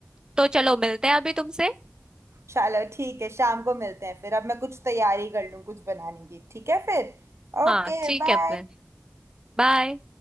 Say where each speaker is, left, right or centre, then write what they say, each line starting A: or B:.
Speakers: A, on the right; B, on the right.
A: तो चलो मिलते हैं अभी तुमसे
B: चलो ठीक है शाम को मिलते हैं फिर अब मैं कुछ तैयारी कर लूँ कुछ बनाने की ठीक है फिर Okay
A: हाँ ठीक
B: bye
A: है फिर बाय